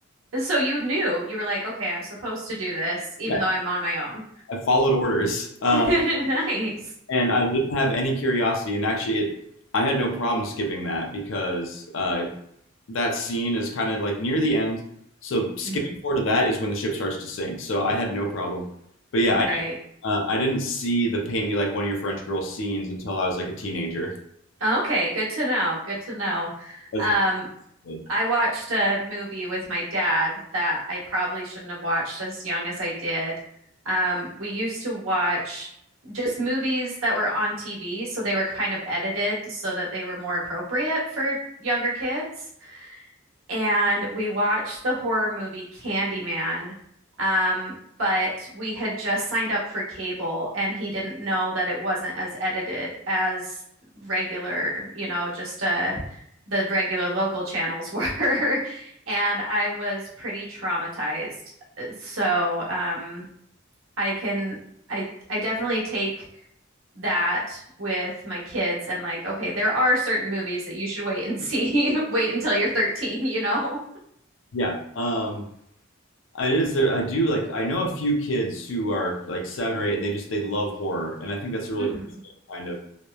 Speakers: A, on the right; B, on the left.
A: So you knew you were like, okay, I'm supposed to do this, even
B: Yeah,
A: though I'm on my own.
B: I followed orders. Uh,
A: <laughs> Nice.
B: and I didn't have any curiosity. And actually, it, I had no problem skipping that because uh, that scene is kind of like near the end. So skipping
A: Mhm.
B: forward to that is when the ship starts to sink. So I had no problem. But yeah,
A: Right.
B: I uh, I didn't see the paint me like one of your French girls scenes until I was like a teenager.
A: Okay, good to know. Good to know.
B: As
A: Um,
B: a kid.
A: I watched a movie with my dad that I probably shouldn't have watched as young as I did. Um, we used to watch just movies that were on TV, so they were kind of edited so that they were more appropriate for younger kids and we watched the horror movie Candyman. Um, but we had just signed up for cable and he didn't know that it wasn't as edited as regular, you know, just uh the regular local channels were. <laughs> And I was pretty traumatized. So um I can I I definitely take that with my kids and like, okay, there are certain movies that you should wait and see, <laughs> wait until you're 13, you know?
B: yeah, um, it is there. I do like I know a few kids who are like seven or eight, and they just they love horror, and I think that's a really
A: hmm
B: interesting kind of